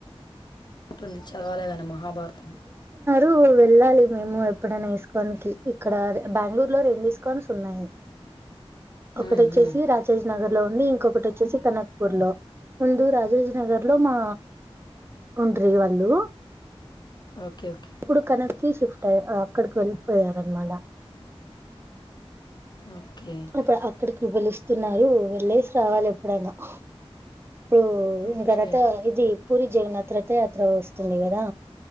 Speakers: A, on the left; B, on the right.
A: ఉంటుంది చదవాలేగానీ మహాభారతం
B: ఇడు వెళ్ళాలి మేము ఎప్పుడైనా ఇస్కాన్ కి ఇక్కడ బెంగళూరు లో రెండు ఇస్కాన్స్ ఉన్నాయి ఒకటి
A: హ్మ్.
B: వచ్చేసి
A: హ్మ్.
B: రాజేజ్ నగర్ లో ఇంకొకటి వచ్చేసి కనక్పూర్ లో ముందు రాజేజ్ నగర్ లో మా ఓన్డ్రి వాళ్ళు
A: ఓకే ఓకే.
B: ఇప్పుడు కనక్కి షిఫ్ట్ అయ్య అక్కడికి వెళ్ళిపోయారనమాట
A: ఓకే.
B: ఇప్పుడు అక్కడికి పిలుస్తున్నారు వెళ్ళేసి రావాలి ఎప్పుడైనా ఇప్పుడు
A: ఓకే.
B: ఇంకా రత ఇది పూరి జగన్నాథ్ తీద్ర యాత్ర వస్తుంది కదా